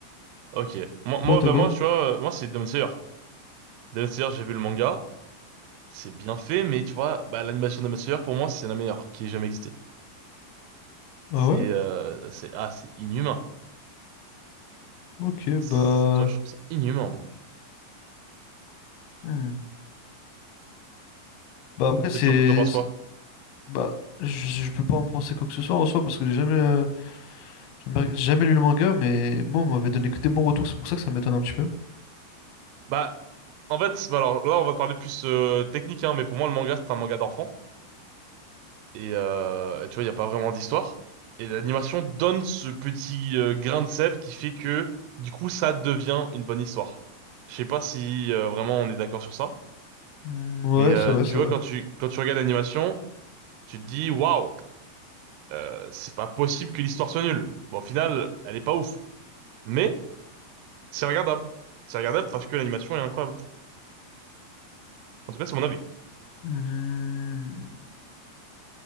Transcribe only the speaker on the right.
Ok. Moi,
moi,
bah,
moi, tu vois, euh, moi, c'est Demon Slayer. Demon Slayer, j'ai vu le manga. C'est bien fait, mais tu vois, bah, l'animation de Demon Slayer, pour moi, c'est la meilleure qui ait jamais existé.
C'est
euh, c'est ah c'est inhumain.
C'est-
Tu vois, je trouve ça inhumain moi.
Tu tu- t'en penses
quoi?
Bah en fait, bah alors là on va parler plus euh, technique hein, mais pour moi le manga c'est un manga d'enfant et euh, tu vois, il y a pas vraiment d'histoire et l'animation donne ce petit euh, grain de sel qui fait que du coup ça devient une bonne histoire. Je sais pas si euh, vraiment on est d'accord sur ça,
mais euh,
tu
vois
quand tu quand tu regardes l'animation, tu te dis waouh, euh, c'est pas possible que l'histoire soit nulle. Bon, au final, elle est pas ouf. Mais C'est regardable. C'est regardable parce que l'animation est incroyable. En tout cas, c'est mon avis.